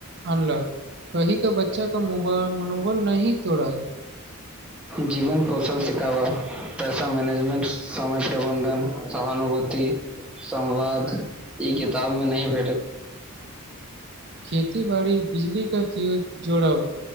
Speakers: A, on the right (about 50°); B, in the centre.
A: अनलॉक कही का बच्चा क मोबा मनोबल नहि तोड़ा
B: जीवन कौशल शिकाव पैसा मैनेजमेंट समाज प्रबन्धन सहानुभूति संवाद ई किताब मे नहि भेटत
A: खेती बाड़ी बिजली के फ्यूज जोड़ब